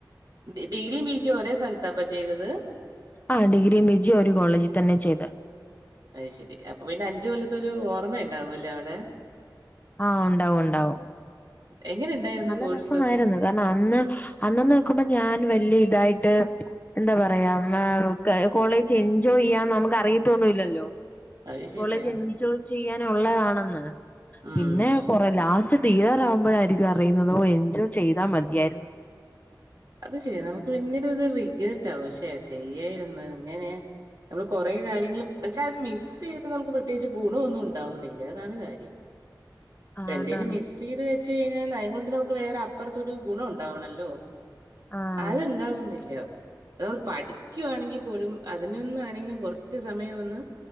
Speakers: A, on the right; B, on the left.
A: ഡി ഡിഗ്രിയും പിജിയും ഒരേ സ്ഥലത്താ അപ്പം ചെയ്തെത്
B: ആഹ് ഡിഗ്രിയും പിജിയും ഒര് കോളേജി തെന്നെ ചെയ്തെ
A: അയ് ശെരി അപ്പ പിന്നെ അഞ്ച് കൊല്ലത്തൊരു ഓർമ്മ ഇണ്ടാകും ലെ അയുടെ
B: ആഹ് ഒണ്ടാവും ഒണ്ടാവും
A: എങ്ങനെ ഉണ്ടായിരുന്നു
B: നല്ല
A: കോഴ്സൊക്കെ
B: രസമായിരുന്നു കാര്ണം അന്ന് അന്ന്ന്ന് നിക്കുമ്പോ ഞാൻ വെല്ലെ ഇതായിട്ട് എന്താ പറയാ മേം ഒക്കെ കോളേജ് എൻജോയ് ചെയ്യാൻ നമുക്ക് അറിയത്തൊന്നുയില്ലല്ലോ
A: അത്
B: കോളേജ്
A: ശരിയാ
B: എൻജോയ് ചെയ്യാനുള്ളതാണെന്ന്.
A: ഉം
B: പിന്നെ കൊറെ ലാസ് പക്ഷെ തീരാറാവുമ്പോഴായിരിക്കും അറിയുന്നതും എൻജോയ് ചെയ്താ മതിയായ്ര്ന്നെന്ന്
A: അത് ശരിയാ നമുക്ക് പിന്നിട് അത് റിഗ്റെറ്റ് ആവും പക്ഷെ ചെയ്യായ്ര്ന്ന് ഇങ്ങെനെ നമ്മെൾ കൊറെ കാര്യങ്ങെൾ പക്ഷെ അത് മിസ് ചെയ്ത്ട്ട് നമുക്ക് പ്രത്യേകിച്ച് ഗുണുവൊന്നും ഇണ്ടാവുന്നില്ല അതാണ് കാര്യം
B: ആ
A: ട്ട് എന്തെലും
B: അതാണ്
A: മിസ് ചെയ്ത് വെ ച്ച് കഴ്ഞ്ഞാ ന്നാ അയു കൊണ്ട് നമുക്ക് വേറെ അപ്പൊർത്തൊരു ഗുണം ഉണ്ടാവണല്ലോ
B: ആഹ്
A: അത് ഇണ്ടാവുന്നില്ലാ അത് നമ്മെൾ പഠിക്കുവാണെങ്കി പോലും അതിനൊന്നാണെങ്കിലും കൊർച്ച് സമയം ഒന്ന്